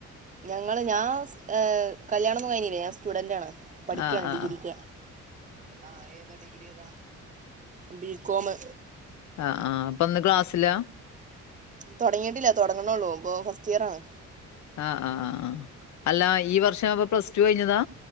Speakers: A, on the right; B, on the left.
A: ഞങ്ങള്ഞാൻ്കല്യാണന്നും കഴഞ്ഞില്ല ഞാൻ സ്റ്റുഡന്റ് ആണ് പഠിക്കാണ്
B: ആഹ് ആഹ്
A: ഡിഗ്രിക്ക് ആഹ ഏതാ ഡിഗ്രി ഏതാ ബീകോ മ്
B: ആ ആ് അപ്പൊ ഇ ന്ന് ക്ലാസ്സില
A: തൊ ടങ്ങിയിട്ടില്ല തുടങ്ങണള്ളൂ ഇപ്പൊ ഫസ്റ്റ് ഇയർആ ണ്
B: ആഹ് ആഹ ആ് അല്ല ഈ വർഷം അപ്പ പ്ലസ് ടു കഴിഞ്ഞതാ